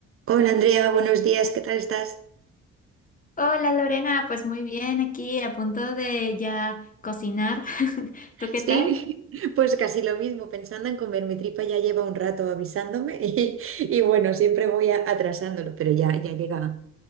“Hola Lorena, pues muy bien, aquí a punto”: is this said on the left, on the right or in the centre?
Left